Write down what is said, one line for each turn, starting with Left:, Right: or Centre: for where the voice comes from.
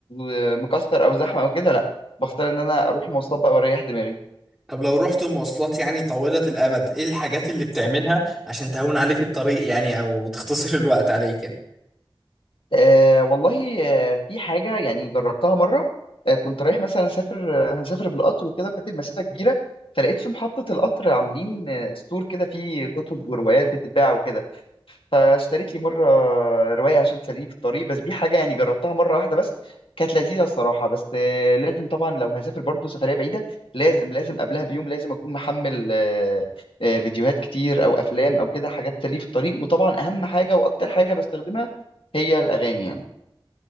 Left: آه، مكسر او زحمه او كده لا بختار ان انا اروح مواصلات بقى واريح دماغي
Centre: طب لو رحت مواصلات يعني طويلة الامد ايه الحاجات اللي بتعملها عشان تهون عليك الطريق يعني او تختصر الوقت عليك
Left: آه والله آه في حاجة يعني جربتها مرة آه كنت رايح مثلا أسافر آه، هسافر بالقطر وكده وكانت المسافة كبيرة فلقيت في محطة القطر عاملين آه ستور كده فيه كتب وروايات بتتباع وكده فاشتريت لي مرة رواية عشان تسليني في الطريق بس دي حاجة يعني جربتها مرة واحدة بس كانت لذيذة الصراحة بس آه لازم طبعا لو هسافر برضو سفرية بعيدة لازم لازم قبلها بيوم لازم أكون محمل آه آه فيديوهات كتير أو أفلام أو كده حاجات تسليني في الطريق وطبعا أهم حاجة وأكتر حاجة بستخدمها هي الأغاني يعني